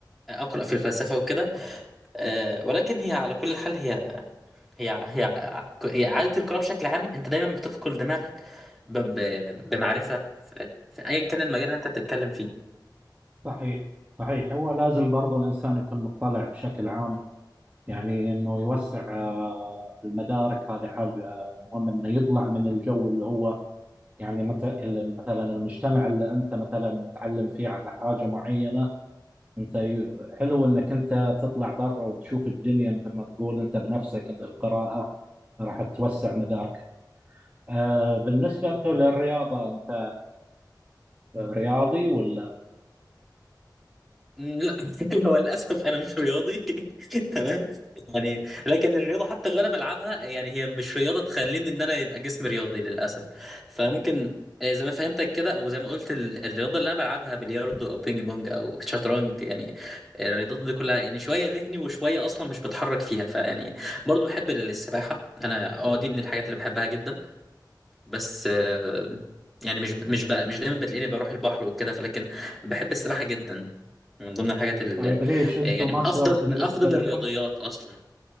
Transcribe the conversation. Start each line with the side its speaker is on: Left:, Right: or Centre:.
Centre: اقرا في الفلسفه وكده آه، ولكن هي على كل حال هي هي هي هي عادة القراءة بشكل عام انت دايما بتثقل دماغك ب... ب... بمعرفة في... في ايا كان المجال اللي انت بتتكلم فيه
Right: صحيح صحيح هو لازم برضو الانسان يكون مطلع بشكل عام يعني انه يوسع آه، المدارك هذه حاجه مهمه انه يطلع من الجو اللي هو يعني مت- مثلا المجتمع اللي انت مثلا متعلم فيه على حاجه معينه انت ي- حلو انك انت تطلع برا وتشوف الدنيا مثل ما تقول انت بنفسك انت القراءة راح توسع مداركك آه بالنسبة انتم للرياضة انت رياضي ولا
Centre: مم، لا <laughs> هو للاسف انا مش رياضي <laughs> تمام يعني لكن الرياضه حتى اللي انا بلعبها يعني هي مش رياضه تخليني ان انا يبقى جسمي رياضي للاسف فممكن آه، زي ما فهمتك كده او زي ما قلت ال- الرياضه اللي انا بلعبها بلياردو او بينج بونج او شطرنج يعني الرياضات دي كلها يعني شويه ذهني وشويه اصلا مش بتحرك فيها فيعني برضو بحب السباحه انا اه دي من الحاجات اللي بحبها جدا بس آه، يعني مش مش بقى مش دايما بتلاقيني بروح البحر وكده لكن بحب السباحة جدا من ضمن الحاجات اللي
Right: طيب ليش انتم
Centre: يعني
Right: مصر
Centre: من افضل
Right: بالنسبة
Centre: من افضل
Right: لكم
Centre: الرياضيات اصلا